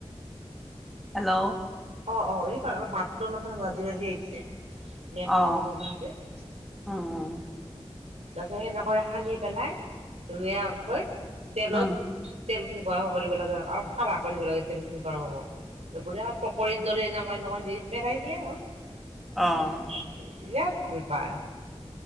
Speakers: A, in the centre; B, on the right.
A: হেল্ল'
B: অ', অ', এই বাৰ মাতটো অলপমানান ভাজি ভাজি আহছে নেটৰ্কৰ
A: অ',
B: প্ৰব্লেম।
A: উম, উম,
B: তাৰিছত সেনেকৈ সানি পেলাই ধুনীয়াকৈ তেলত
A: উম,
B: তেল খিনি গৰম হ'ব দিব লাগে আৰু সাা কৰিব লাগে তেল খিনি গৰম হ'ব। পকৰীৰ দৰি এনেকুৱা এনেকুৱা দি পেলাই দিলে হ'ল।
A: অ'।
B: তি বিৰাট ভাল পাই।